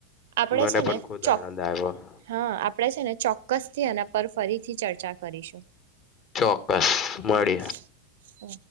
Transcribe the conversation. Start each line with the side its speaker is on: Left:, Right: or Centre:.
Right: આપડે
Left: મને
Right: છે
Left: પણ
Right: ને
Left: ખુદ
Right: ચો
Left: આનંદ આવ્યો.
Right: હા આપણેે છે ને ચોક્કસ થી એના પર ફરીથી ચર્ચા કરીશું
Left: ચોક્કસ મળી
Right: હા હા.